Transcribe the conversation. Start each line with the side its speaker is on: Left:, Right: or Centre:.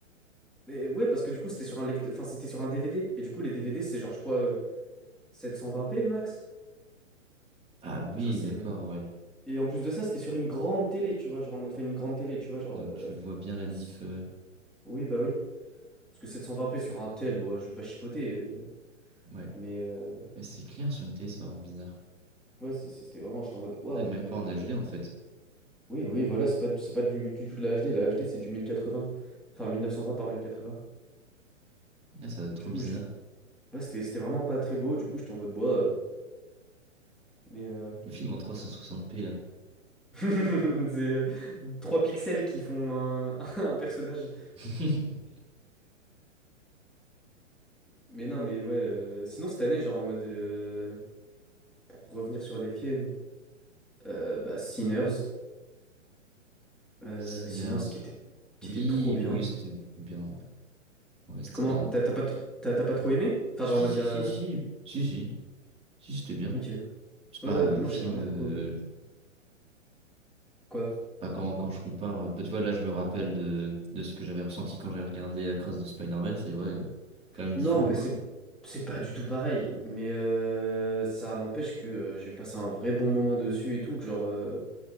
Centre: Mais ouais, parce que du coup, c'était sur un lecteur. Enfin, c'était sur un DVD. Et du coup, les DVD, c'est genre, je crois, euh, 720p max.
Right: Ah oui,
Centre: Genre, c'est.
Right: d'accord, ouais.
Centre: Et en plus de ça, c'était sur une grande télé, tu vois. Genre, en mode. Enfin, une grande télé, tu vois. Genre. euh,
Right: Tu vois bien la diff.
Centre: s-
Right: euh,
Centre: Oui, bah oui. Parce que 720p sur un tel, ouais, je vais pas chipoter. euh,
Right: Ouais.
Centre: mais euh,
Right: C'est clair sur une télé, ça doit rendre bizarre.
Centre: ouais, c'est- c'est- c'était vraiment, j'étais en mode, waouh,
Right: Ouais, Même
Centre: mais
Right: pas en HD
Centre: on dirait.
Right: en fait.
Centre: Oui, oui, voilà, c'est pas, du- c'est pas du, du tout de la HD. La HD, c'est du 1080. Enfin, 1920 par 1080.
Right: Ah, ça doit être trop
Centre: Du coup,
Right: bizarre.
Centre: j'étais- ouais, c'était c'était vraiment pas très beau. Du coup, j'étais en mode, bois. euh, mais euh,
Right: Le film en 360p là.
Centre: <laughs> c'est 3 pixels qui font un, <laughs> un personnage.
Right: <laughs>
Centre: Mais non, mais ouais. euh, Sinon, cette année, genre en mode. euh, Pour, pour revenir sur les films, euh, bah, Sinners. euh,
Right: Sinners.
Centre: Sinners qui était, qui
Right: Oui,
Centre: était trop bien.
Right: oui, c'était bien. Ouais, Ouais, c'était
Centre: Comment?
Right: bien.
Centre: T'as t'as pas, tr- t'as t'as pas trop aimé? Enfin, genre, en
Right: Si,
Centre: mode.
Right: si,
Centre: euh,
Right: si, si, si, si, c'était bien.
Centre: Ok.
Right: C'est
Centre: Ouais,
Right: pas
Centre: ouais,
Right: euh,
Centre: moi
Right: film.
Centre: j'ai vraiment
Right: euh,
Centre: beaucoup aimé. Quoi?
Right: pas quand, quand je compare. euh, bah, tu vois, là, je me rappelle de, de ce que j'avais ressenti quand j'avais regardé Across the Spider-Verse. Et ouais, euh, quand même
Centre: Non,
Right: différent
Centre: mais
Right: quoi.
Centre: c'est c'est pas du tout pareil. Mais euh, ça n'empêche que euh, j'ai passé un vrai bon moment dessus et tout. Que genre, euh,